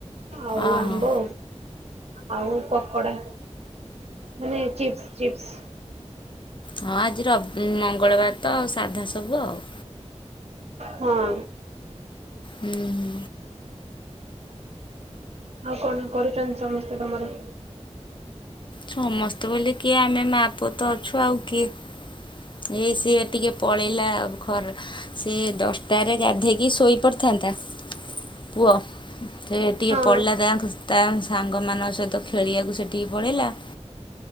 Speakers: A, on the right; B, on the left.
A: ଆଉ
B: ଓହୋ
A: ଆମ୍ବ। ଆଉ ପକୋଡା ମାନେ ଚିପ୍ସ ଚିପ୍ସ।
B: ହଁ ଆଜି ର ମଙ୍ଗଳବାର ତ ସାଧା ସବୁ ଆଉ।
A: ହଁ।
B: ହୁଁ।
A: ଆଉ କଣ କରୁଛନ୍ତି ସମସ୍ତେ ତମର?
B: ସମସ୍ତେ ବୋଲେ କିଏ ଆମେ ମା ପୁଅ ତ ଅଛୁ ଆଉ କିଏ। ଏଇ ସିଏ ଟିକେ ପଳେଇଲା ଖର୍ ସେ ଦଶଟାରେ ଗାଧେଇକି ଶୋଇପାଡିଥାନ୍ତା ପୁଅ। ସେ ଟିକେ
A: ହଁ
B: ପଡ଼ିଲା ତା ତା ସାଙ୍ଗମାନଙ୍କ ସହିତ ଖେଳିବାକୁ ସେଠିକି ପଳେଇଲା।